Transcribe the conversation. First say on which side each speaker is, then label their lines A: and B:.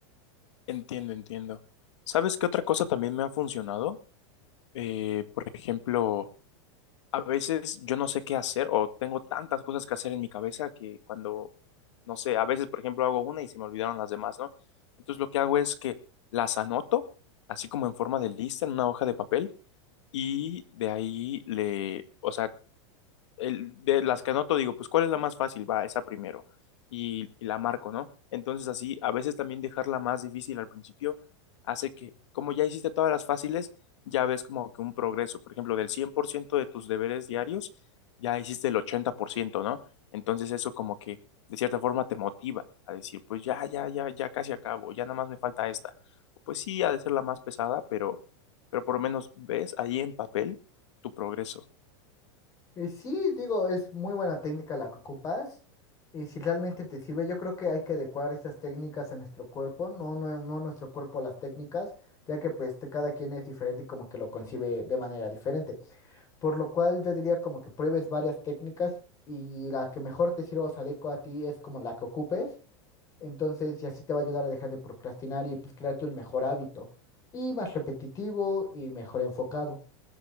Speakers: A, on the left; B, on the left.
A: Entiendo, entiendo. ¿Sabes qué otra cosa también me ha funcionado? Eh, por ejemplo, a veces yo no sé qué hacer o tengo tantas cosas que hacer en mi cabeza que cuando, no sé, a veces, por ejemplo, hago una y se me olvidaron las demás, ¿no? Entonces lo que hago es que las anoto, así como en forma de lista, en una hoja de papel, y de ahí le, o sea, el- de las que anoto digo, pues ¿cuál es la más fácil? Va, esa primero. Y, y la marco, ¿no? Entonces así, a veces también dejarla más difícil al principio hace que, como ya hiciste todas las fáciles, ya ves como que un progreso. Por ejemplo, del 100% de tus deberes diarios, ya hiciste el ochenta por ciento ¿no? Entonces eso como que de cierta forma te motiva a decir, pues ya, ya, ya, ya casi acabo, ya nada más me falta esta. Pues sí, ha de ser la más pesada, pero, pero por lo menos ves ahí en papel tu progreso.
B: Eh, sí, digo, es muy buena técnica la que ocupas y si realmente te sirve, yo creo que hay que adecuar esas técnicas a nuestro cuerpo, no, no, no nuestro cuerpo a las técnicas, ya que pues te- cada quien es diferente y como que lo concibe de manera diferente. Por lo cual yo diría como que pruebes varias técnicas y la que mejor te sirva o se adecua a ti es como la que ocupes. Entonces, y así te va a ayudar a dejar de procrastinar y pues crearte un mejor hábito. Y más repetitivo y mejor enfocado.